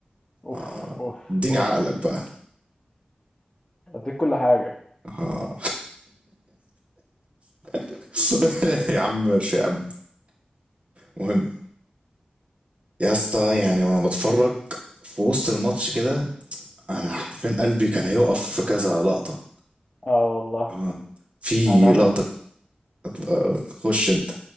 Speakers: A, on the left; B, on the right.
A: اوف
B: آه.
A: اوف
B: اديني
A: اوف
B: عقلك بقى
A: اديك كل حاجه
B: آه. <laughs> <applause> يا عم ماشي يا عم مهم يا اسطى يعني وانا بتفرج في وسط الماتش كده انا حرفيا قلبي كان هيقف في كذا لقطة
A: اه والله
B: آه. في
A: انا
B: لقطة
A: م...
B: آه، خش انت